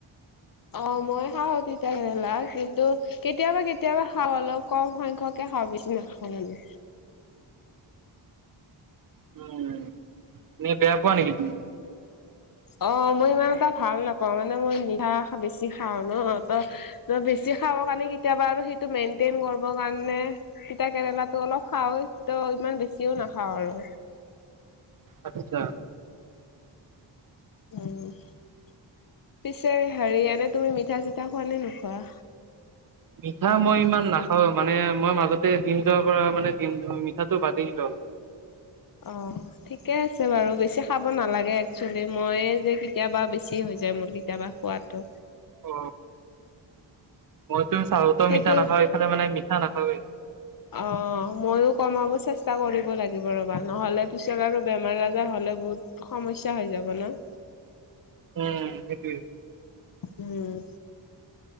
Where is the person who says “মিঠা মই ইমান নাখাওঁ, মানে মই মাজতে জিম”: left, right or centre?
Right